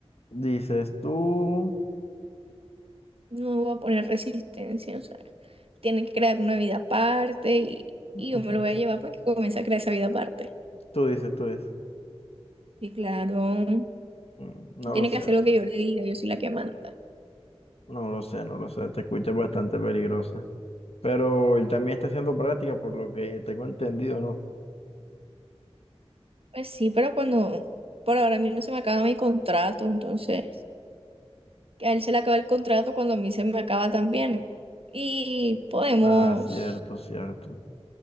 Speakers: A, on the left; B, on the right.
A: Dices tú.
B: No va a poner resistencia. O sea, tiene que crear una vida aparte y,
A: <laughs>
B: y yo me lo voy a llevar para que comience a crear esa vida aparte.
A: Tú dices, tú dices.
B: Y claro,
A: Mm, No
B: tiene
A: lo sé.
B: que hacer lo que yo le diga, yo soy la que manda.
A: No lo sé, no lo sé, te escucha bastante peligrosa. Pero él también está haciendo práctica, por lo que tengo entendido, ¿no?
B: Pues sí, pero cuando, por ahora a mí no se me acaba mi contrato, entonces a él se le acaba el contrato cuando a mí se me acaba también. Y podemos,
A: Ah, cierto, cierto.